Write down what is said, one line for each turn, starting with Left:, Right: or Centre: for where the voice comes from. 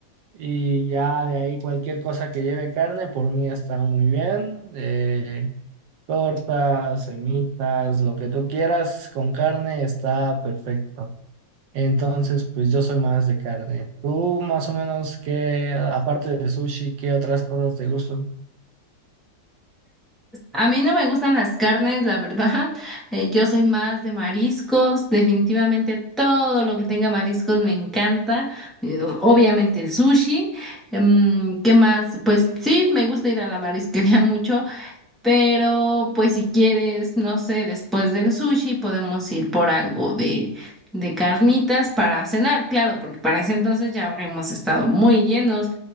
Right: y ya de ahí cualquier cosa que lleve carne, por mí está muy bien. Eh, tortas, semitas, lo que tú quieras con carne está perfecto. Entonces, pues yo soy más de carne. ¿Tú más o menos qué, aparte de sushi, qué otras cosas te gustan?
Centre: A mí no me gustan las carnes, la verdad. <laughs> Eh, yo soy más de mariscos. Definitivamente todo lo que tenga mariscos me encanta. Eh, Obviamente el sushi. Mm, ¿qué más? Pues sí, me gusta ir a la marisquería <laughs> mucho. Pero, pues si quieres, no sé, después del sushi podemos ir por algo de, de carnitas para cenar, claro, porque para ese entonces ya habremos estado muy llenos.